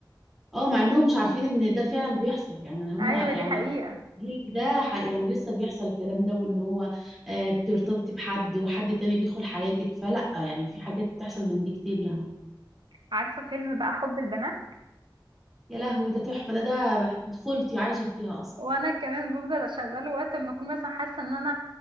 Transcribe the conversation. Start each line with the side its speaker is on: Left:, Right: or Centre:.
Centre: اه مع انهم مش عارفين ان ده فعلا بيحصل يعني هما
Right: ايوه
Centre: يعني
Right: دي حقيقه
Centre: الجيل ده ح... يعني لسه بيحصل الكلام ده وان هو آه بترتبطي بحد وحد تاني بيدخل حياتك فلا يعني في حاجات بتحصل من دي كتير يعني
Right: عارفه فيلم بقى حب البنات
Centre: يا لهوي ده تحفه ده ده بح- طفولتي عايشه فيها اصلا
Right: وانا كمان بفضل اشغله وقت ما اكون مثلا حاسه ان انا